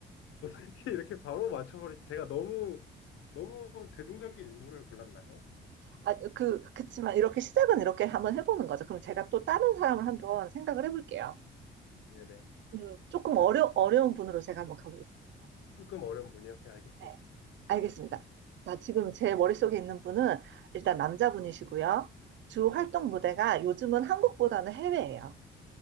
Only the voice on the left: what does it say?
어떻게 이렇게 바로 맞춰버리, 제가 너무, 너무 대중적인 인물을 골랐나요?
네네.
조금 어려운 분이요. 네, 알겠습니다.